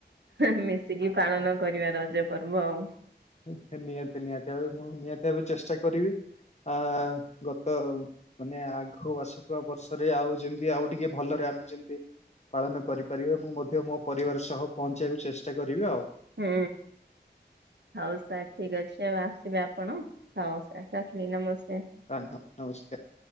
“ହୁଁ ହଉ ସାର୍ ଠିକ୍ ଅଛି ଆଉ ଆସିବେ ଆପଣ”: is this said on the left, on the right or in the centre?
Right